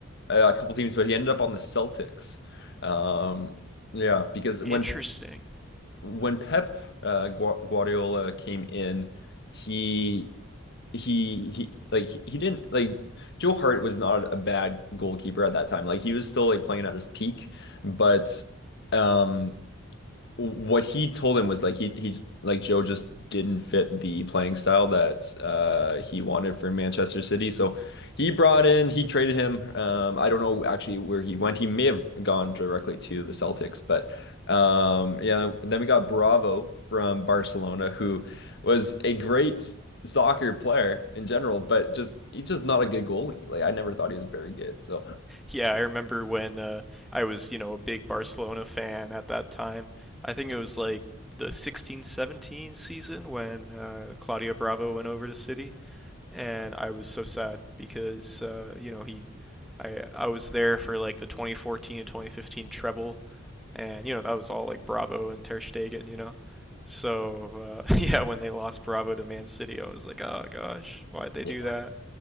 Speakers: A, on the left; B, in the centre.
A: uh, a couple teams, but he ended up on the Celtics. Um, yeah, because
B: Interesting.
A: when when Pep uh, Gua- Guardiola came in, he he he like he he didn't like Joe Hart was not a bad goalkeeper at that time. Like he was still like playing at his peak, but um what he told him was like he he like Joe just didn't fit the playing style that uh he wanted for Manchester City. So he brought in, he traded him. Um I don't know actually where he went. He may have gone directly to the Celtics, but um yeah, then we got Bravo from Barcelona who was a great soccer player in general, but just he's just not a good goalie. Like I never thought he was very good. So
B: Yeah, I remember when uh, I was, you know, a big Barcelona fan at that time. I think it was like the 16 seventeen season when uh, Claudio Bravo went over to City, and I was so sad because uh, you know he, I I was there for like the 2014 and 2015 treble, and you know that was all like Bravo and Ter Stegen, you know. So uh, <laughs> yeah, when they lost Bravo to Man City, I was like, oh gosh, why'd they
A: Yeah.
B: do that?